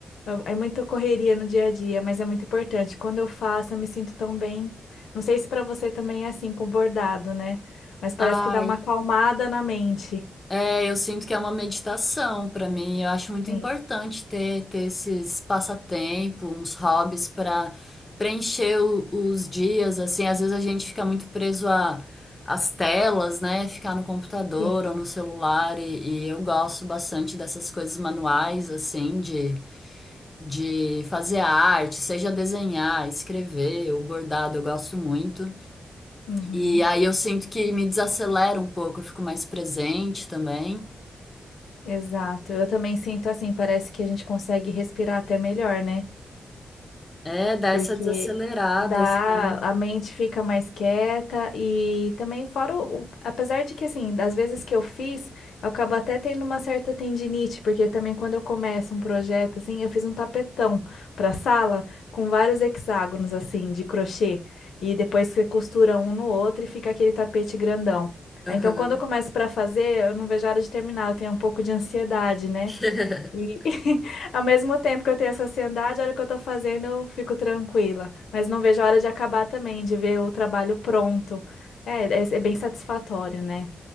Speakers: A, on the left; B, on the left.
A: É é muita correria no dia a dia, mas é muito importante. Quando eu faço, eu me sinto tão bem. Não sei se para você também é assim com bordado, né? Mas parece
B: Ai,
A: que dá uma acalmada na mente.
B: É, eu sinto que é uma meditação para mim. Eu acho muito
A: Sim,
B: importante ter, ter esses passatempos, uns hobbies para preencher o- os dias. Assim, às vezes a gente fica muito preso a, às telas, né? Ficar no computador
A: sim.
B: ou no celular. E, e eu gosto bastante dessas coisas manuais, assim, de, de fazer arte, seja desenhar, escrever, o bordado, eu gosto muito.
A: Uhum,
B: E aí eu sinto que me desacelera um pouco, eu fico mais presente também.
A: exato. Eu também sinto assim, parece que a gente consegue respirar até melhor, né?
B: É, dá
A: Porque
B: essa desacelerada,
A: dá,
B: assim.
A: a mente fica mais quieta e também fora o, o- apesar de que assim, das vezes que eu fiz, eu acabo até tendo uma certa tendinite, porque também quando eu começo um projeto assim, eu fiz um tapetão para sala com vários hexágonos assim de crochê e depois você costura um no outro e fica aquele tapete grandão.
B: Aham.
A: Aí, Então, quando eu começo para fazer, eu não vejo a hora de terminar, eu tenho um pouco de ansiedade, né?
B: <laughs>
A: E <laughs> ao mesmo tempo que eu tenho essa ansiedade, a hora que eu tô fazendo, eu fico tranquila. Mas não vejo a hora de acabar também, de ver o trabalho pronto. É, é, é bem satisfatório, né?